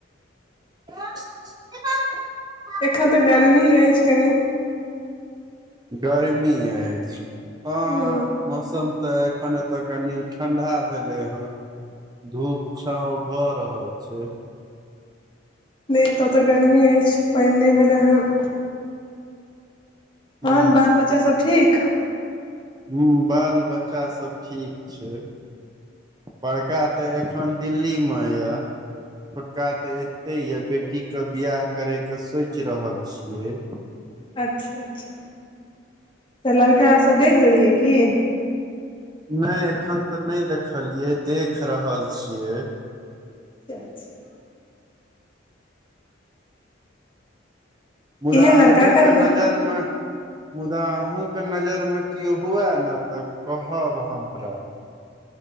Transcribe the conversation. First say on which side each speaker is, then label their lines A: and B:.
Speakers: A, on the right; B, on the left.
A: ह <inaudible>
B: ताँ तऽ गर्मी अछिज करी
A: गरमी अछि हँ।
B: हूँ
A: मौसम तऽ एखन एतऽ कनि ठंडा भेले हऽ धूप छाव भऽ रहल छै।
B: नहि एतय तऽ गर्मी अछि पानि नहि भेलै हन
A: ह
B: ओर बाल-बच्चा सभ ठीक।
A: ह्म बाल बच्चा सब ठीक छै बड़का तऽ एखन दिल्ली मे यऽ। पक्का ते एते ये बेटी कऽ बियाह करे के सोच रहल छिये
B: अच्छा अच्छा तऽ लड़कास सब देख लेलियै की
A: नहि एखन तऽ नहि देखलियै देख रहल छियै
B: <unintelligible>
A: मुदा
B: केहन लड़का
A: अहूँके
B: करबै
A: नजरिमे। मुदा अहूँके नजरिमे हँ। ना तब कहब हमरा